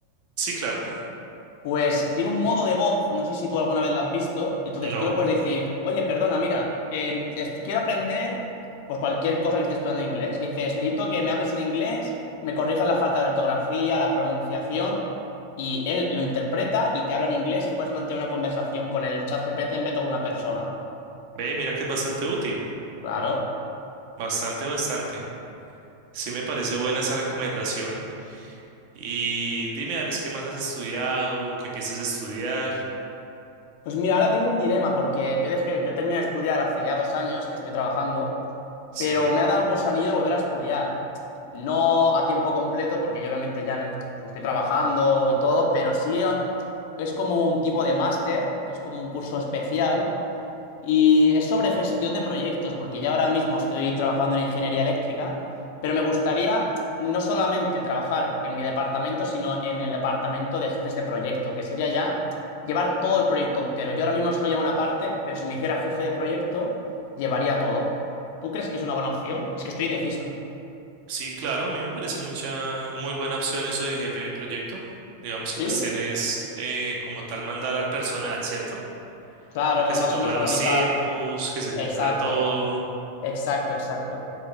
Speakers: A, on the right; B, on the left.
A: sí, claro.
B: Pues tiene un modo de voz, no sé si tú alguna vez lo has visto, entonces
A: No,
B: tú le puedes decir, oye, perdona, mira, en- est- quiero aprender pues cualquier cosa que esté estudiando en inglés. Y dices, necesito que me hables en inglés, me corrijas la falta de ortografía, la pronunciación, y él lo interpreta y te habla en inglés y puedes mantener una conversación con el chat GPT en vez de con una persona.
A: ve, mira que es bastante útil,
B: Claro.
A: bastante, bastante. Sí me parece buena esa recomendación. Y dime, Alex, ¿qué más has estudiado? ¿Qué piensas estudiar?
B: Pues mira, ahora tengo un dilema porque yo dejé, yo terminé de estudiar hace ya dos años que estoy trabajando.
A: Sí,
B: pero me ha dado el gusanillo de volver a estudiar. No a tiempo completo, porque yo obviamente ya en- el- pues estoy trabajando y todo, pero sí eh, es como un tipo de máster, que es como un curso especial, y es sobre gestión de proyectos, porque ya ahora mismo estoy trabajando en ingeniería eléctrica, pero me gustaría no solamente trabajar en mi departamento, sino en el departamento de jefes de proyecto, que sería ya llevar todo el proyecto entero. Yo ahora mismo solo llevo una parte, pero si me hiciera jefe de proyecto, llevaría todo. ¿Tú crees que es una buena opción? Es que estoy indeciso.
A: sí, claro, a mí me parece mucha, muy buena opción eso de jefe de proyecto. Digamos que
B: ¿Sí?
A: pues tienes eh, como tal mandar al personal, ¿cierto?
B: Claro,
A: A que
B: más
A: se cumpla
B: o menos organizar.
A: los tiempos, que se
B: Exacto,
A: cumpla todo.
B: exacto, exacto.